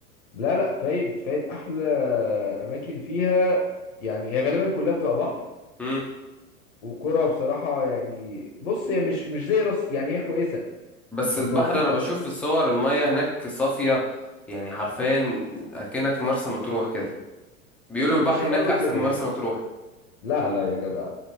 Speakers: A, on the left; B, in the centre.
A: لا لا فايد فايد احلى اماكن فيها يعني هي غالبا كلها بتبقى بحر
B: امم
A: وقرى بصراحه يعني بص هي مش مش زي راس يعني هي كويسه
B: بس
A: متوسطه
B: البحر انا بشوف في الصور المية هناك صافية يعني حرفيا اكنك في مرسى مطروح كده بيقولوا
A: مش
B: البحر
A: قوي
B: هناك احسن
A: كده
B: من
A: يعني
B: مرسى مطروح
A: لا لا يا جدع